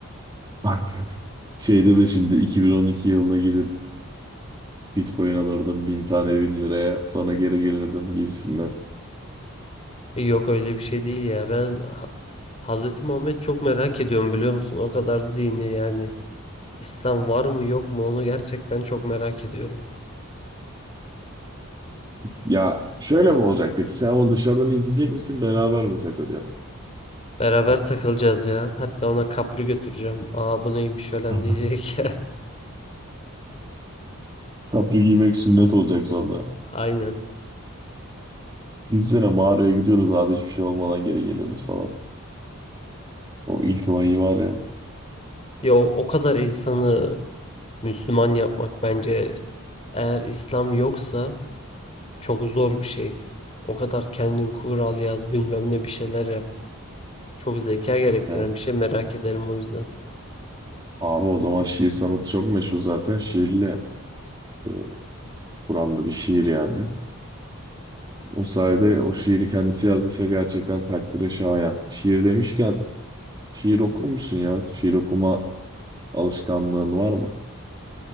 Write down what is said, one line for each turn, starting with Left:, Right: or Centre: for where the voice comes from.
Right: Bakın. Şey deme şimdi 2012 yılına gidip Bitcoin alırdım bin tane bin liraya sonra geri gelirdim gibisinden.
Left: E, Yok öyle bir şey değil ya. Ben Ha- Hazreti Muhammed çok merak ediyorum biliyor musun? O kadar da dini yani. İslam var mı yok mu onu gerçekten çok merak ediyorum.
Right: Ya şöyle mi olacak peki? Sen onu dışarıdan izleyecek misin? Beraber mi takılacaksın?
Left: Beraber takılacağız ya. Hatta ona kapri götüreceğim. Aa bu neymiş falan
Right: Tamam.
Left: diyecek.
Right: Kapri giymek sünnet olacak sonra.
Left: <laughs> Aynen.
Right: Düşünsene mağaraya gidiyorsunuz abi hiçbir şey olmadan geri geliyorsunuz falan. O ilk vahiy var ya.
Left: Ya o, o kadar insanı Müslüman yapmak bence eğer İslam yoksa çok zor bir şey. O kadar kendin kural yaz bilmem ne bir şeyler yap. Çok zeka gerektiren
Right: Evet.
Left: bir şey merak ederim o yüzden.
Right: Abi o zaman şiir sanatı çok meşhur zaten. Şiirle e, Kur'an'da bir şiir yani. O sayede o şiiri kendisi yazdıysa gerçekten takdire şayan. Şiir demişken şiir okur musun ya? Şiir okuma alışkanlığın var mı?